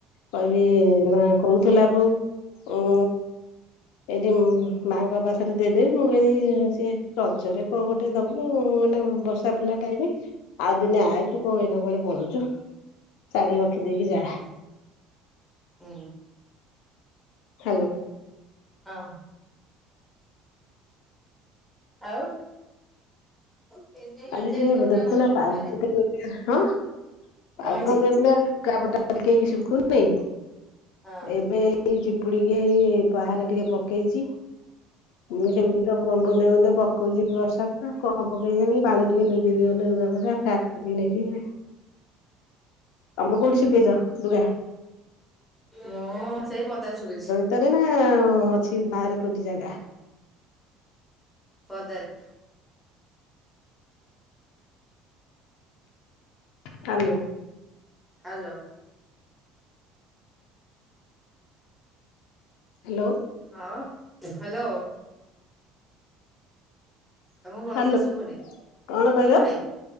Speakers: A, on the left; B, in the centre.
A: କହିବି ନା କହୁଥିଲା ବୋଉ ଉ ଏଇଠି ମାଙ୍କ ପାଖରେ ଦେଇଦେବି ମୁଁ କଇଲି ସିଏ ରଜରେ କଁ ଗୋଟେ ଦବୁ ଏଇନା ବର୍ଷା ବୁଲା ଟାଇମ। ଆଉ ଦିନେ ଆଇ ତୁ କୋଉ ଏଇନା କୁଆଡେ ପଳଉଛୁ ଶାଢୀ ରଖିଦେଇକି ଯା।
B: ହୁଁ।
A: ହାଲୋ।
B: ହଁ। ଆଉ? ତିନି ହଜାର
A: ଆଜି ଟିକେ
B: ଟଙ୍କା
A: ଦେଖୁନା
B: ମାତ୍ର
A: ପା
B: କଣ
A: ହଁ ପଗ
B: ହେଇଛି
A: କେମିତି ଲୁଗାପଟା ଟିକେ ବି ଶୁଖୁନି
B: ହଁ
A: ଏବେ ଏଇ ଚିପୁଡିକି ଏଇ ପାହାରେ ଟିକେ ପକେଇଛି। ମୁଁ ସେମିତି ତ ବୁନ୍ଦେ ବୁନ୍ଦେ ପକଉଛି ବର୍ଷା ଟ କଣ ପକେଇ ଜଣି। ପାଣି ଟିକେ ନିଗିରିଗଲେ ଲୁଗାପଟା ପ୍ୟାନ କତିକି ନେଇ ଯିବି। ତମେ କୋଉଠି ଶୁଖେଇଛ ତୁଗ?
B: ମୁଁ ସେଇ ପଦାରେ ଶୁଖେଇଛି।
A: ସତରେ ନା ଅଛି ବାହାରେ କୋଉଠି ଜାଗା?
B: ପଦାରେ
A: ହ୍ୟାଲୋ।
B: ହ୍ୟାଲୋ।
A: ହ୍ୟାଲୋ।
B: ହଁ ହ୍ୟାଲୋ। ତମକୁ ଭଲସେ
A: ହ୍ୟାଲୋ
B: ଶୁଭୁନି
A: କଣ କହିଲ
B: ଶୁଭୁନି।